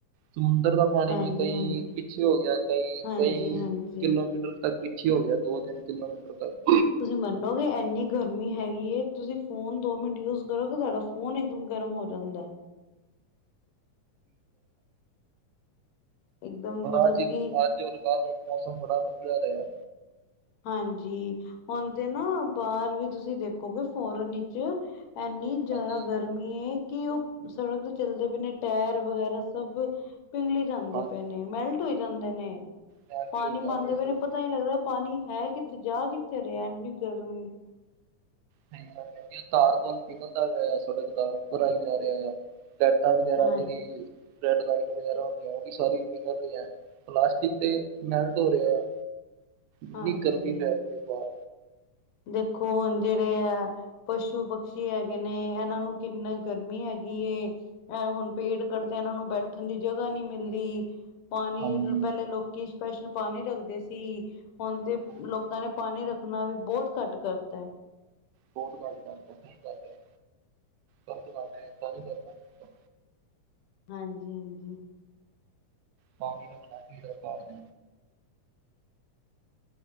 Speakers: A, on the right; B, on the left.
A: ਸਮੁੰਦਰ ਦਾ ਪਾਣੀ
B: ਹਾਂਜੀ
A: ਵੀ ਕਈ
B: ਹਾਂਜੀ
A: ਪਿੱਛੇ ਹੋ ਗਿਆ। ਕਈ-
B: ਹਾਂਜੀ
A: ਕਈ
B: ਹਾਂਜੀ
A: ਕਿਲੋਮੀਟਰ ਤੱਕ ਵੀ। ਪਿਛੇ ਹੋ ਗਿਆ। ਦੋ- ਤਿੰਨ ਕਿਲੋਮੀਟਰ ਤੱਕ।
B: ਤੁਸੀਂ ਮੰਨ ਕਿ ਇੰਨੀ ਗਰਮੀ ਹੈਗੀ ਹੈ, ਤੁਸੀਂ ਫੋਨ ਦੋ ਮਿੰਟ ਯੂਜ ਕਰੋਗੇ ਤੁਹਾਡਾ ਫੋਨ ਇਕਦਮ ਗਰਮ ਹੋ ਜਾਂਦਾ ਏ। ਇੱਕਦਮ
A: ਔਰ
B: ਮਤਲਬ
A: ਅੱਜ,
B: ਕਿ
A: ਅੱਜ ਔਰ ਕੱਲ ਮੌਸਮ ਬੜਾ ਵਧੀਆ ਰਿਹਾ।
B: ਹਾਂਜੀ। ਹੁਣ ਤੇ ਨਾ ਬਾਹਰ ਵੀ ਤੁਸੀਂ ਦੇਖੋਗੇ ਫੋਰਨ ਵਿੱਚ ਐਨੀ ਜਾਦਾ
A: ਹਾਂਜੀ
B: ਗਰਮੀ ਗਰਮੀ ਹੈ, ਕਿ ਉਹ ਸੜਕ ਤੋਂ ਚੱਲਦੇ ਪਏ ਨੇ ਟਾਇਰ ਵਗੈਰਾ ਸਭ ਪਿੰਗਲੀ ਜਾਂਦੇ
A: ਹਾਂਜੀ
B: ਪਏ ਨੇ। ਮੈਲਟ ਹੋਈ ਜਾਂਦੇ ਨੇ
A: ਨਹਿਰ ਤੇ
B: ਪਾਣੀ
A: ਵੀ
B: ਪਾਉਂਦੇ
A: ਜਾ ਰਹੇ
B: ਪਏ
A: ਸੀ
B: ਨੇ ਪਤਾ ਨ ਲੱਗਦਾ ਪਾਣੀ ਹੈ ਕਿਥੇ ਜਾ ਕਿੱਥੇ ਰਿਹਾ ਇੰਨੀ ਗਰਮੀ।
A: ਸਹੀ ਗੱਲ ਹੈ। ਤਾਰ ਕੋਲ ਪੀਗਲ ਦਾ ਪਿਆ ਸੜਕ ਦਾ ਉਪਰ ਆਈ ਜਾ ਰਿਹਾ ਆ। ਲੈਟਾਂ ਵਗੈਰਾ
B: ਹਾਂ
A: ਜਿਹੜੀ ਰੈਡ ਲਾਈਟ ਵਗੈਰਾ ਹੁੰਦੀ ਆ ਉਹ ਵੀ ਸਾਰੀ ਪਿੰਗਲ ਰਹੀ ਹੈ। ਪਲਾਸਟਿਕ ਤੇ ਮੈਲਟ ਹੋ ਰਿਹਾ ਆ। ਐਨੀ
B: ਹਾਂਜੀ
A: ਗਰਮੀ ਪੈ ਰਹੀ ਬਾਰ
B: ਦੇਖੋ ਹੁਣ ਜਿਹੜੇ ਆ ਪਸ਼ੂ ਪਕਸ਼ੀ ਹੈਗੇ ਨੇ ਇਹਨਾਂ ਨੂੰ ਕਿੰਨਾ ਗਰਮੀ ਹੈਗੀ ਏ। ਅ ਹੁਣ ਪੇੜ ਕੱਢਦੇ ਇਹਨਾਂ ਨੂੰ ਬੈਠਣ ਦੀ ਜਗ੍ਹਾ ਨਹੀ ਮਿਲਦੀ। ਪਾਣੀ
A: ਹਾਂਜੀ।
B: ਪਹਿਲੇ ਲੋਕ ਕੀ ਸਪੈਸ਼ਲ ਪਾਣੀ ਰੱਖਦੇ ਸੀ। ਹੁਣ ਤੇ
A: ਹਾਂਜੀ,
B: ਲੋਕਾਂ ਨੇ ਪਾਣੀ ਰੱਖਣਾ ਵੀ ਬਹੁਤ ਘੱਟ ਕਰਤਾ ਏ।
A: ਬਹੁਤ ਘੱਟ ਕਰ ਤਾ ਸਹੀ ਗੱਲ ਹੈ। ਗਲਤ ਗੱਲ ਹੈ ਇਦਾਂ ਨਹੀਂ ਕਰਨਾ। ਚਾਹੀਦਾ।
B: ਹਾਂਜੀ, ਹਾਂਜੀ।
A: ਪਾਣੀ ਰੱਖਣਾ ਚਾਹੀਦਾ ਪਾਰਕ